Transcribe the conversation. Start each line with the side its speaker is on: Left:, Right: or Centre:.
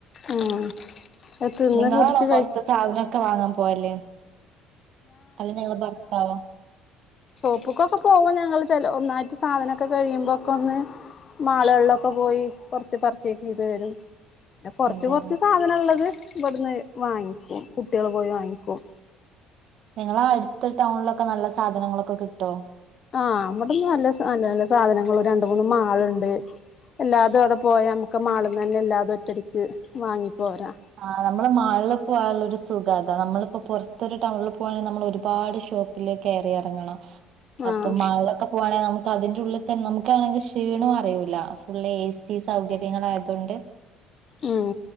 Left: ഉം അത് തിന്ന്
Right: നിങ്ങളാണോ
Left: കുടിച്ച് കഴി
Right: പൊറത്ത സാധനൊക്കെ വാങ്ങാൻ പോവല് അതോ ങ്ങള് ഭർത്തവാ
Left: ഷോപ്പക്കൊക്കെ പോകുമോ ഞങ്ങള്ൾ ചില ഒന്നായിട്ട് സാധനമൊക്കെ കഴിയുമ്പോക്കെ ഒന്ന് മാൾകളിലൊക്കെ പോയി കൊറച്ച് പർച്ചേസ് ചെയ്ത് വരും. പി കൊറച്ച്
Right: അതെ
Left: കുറച്ച് സാധനം ഉള്ളത് ഇവിടുന്ന് വാങ്ങിക്കും കുട്ടികള് പോയി വാങ്ങിക്കും.
Right: നിങ്ങള അടുത്ത ടൗണിലൊക്കെ നല്ല സാധനങ്ങളൊക്കെ കിട്ടോ?
Left: ആഹ് അമ്മട നല്ല നല്ല നല്ല സാധനങ്ങ രണ്ട മൂന്ന് മാളുണ്ട്. എല്ലാതും അവിടെ പോയാ നമുക്ക് മാളിൽ തന്നെ എല്ലാതും ഒറ്റടിക്ക് വാങ്ങി പോരാ
Right: ആ് നമ്മളെ മാളില പോയാലുള്ള ഒര് സുഖ താ നമ്മളിപ്പോ പൊറത്തൊര് ടൗണിൽ പോവാണെങ്കിൽ നമ്മൾ ഒരുപാട് ഷോപ്പിൽ കേറിയിറങ്ങണം അപ്പൊ
Left: ആഹ്
Right: മാളൊക്കെ പോവാണെങ്കിൽ നമുക്ക് അതിന്റെ ഉള്ളിൽ തന്നെ നമുക്കാണെങ്കിൽ ശ് ക്ഷീണും അറിയൂലഫുള്ള് എ സി സൗകര്യങ്ങളൾ ആയതുകൊണ്ട്
Left: ഉം